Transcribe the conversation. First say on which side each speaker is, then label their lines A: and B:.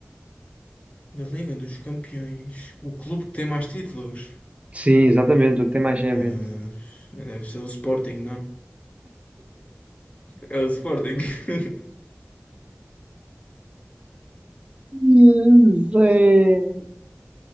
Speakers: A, on the left; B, on the right.
A: Na Liga dos Campeões, o clube que tem mais títulos.
B: Sim, exatamente, o que tem mais
A: Ah,
B: Champions.
A: deve ser o Sporting, não? É o Sporting. <laughs>
B: Yes, é.